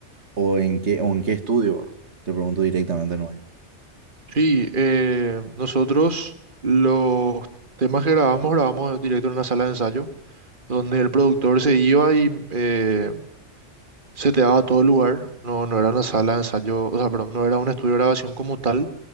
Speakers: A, on the right; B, on the right.
A: o en qué, o en qué estudio, ¿verdad? Te pregunto directamente, no
B: Sí, eh, nosotros los temas que grabamos, grabamos directo en una sala de ensayo, donde el productor se iba y eh, se te daba todo el lugar. No, no era una sala de ensayo, o sea, perdón, no era un estudio de grabación como tal.